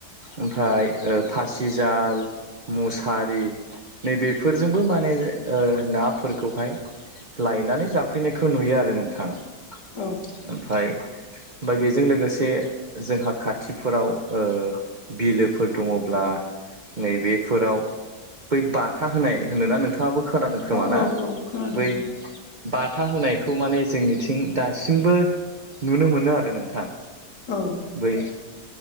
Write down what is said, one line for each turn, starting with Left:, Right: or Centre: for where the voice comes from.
Right: ओमफ्राय ओ फासिजाल मुसारि नैबेफोरजोंबो माने ओ नाफोरखौहाय लायनानै जाफैनायखौ नुयो आरो नोंथां। ओमफ्राय
Left: औ
Right: ओमफ्राय बेजों लोगोसे जोंहा खाथिफोराव ओ बिलोफोर दङ'ब्ला नैबेफोराव बै बाथा होनाय होनोना नोंथाङाबो खोनादों खोमा
Left: औ
Right: ना?
Left: औ खोनादों
Right: बै बाथा होनायखौ माने जोंनिथिं दासिमबो नुनो मोनो आरो नोंथां।
Left: औ
Right: बै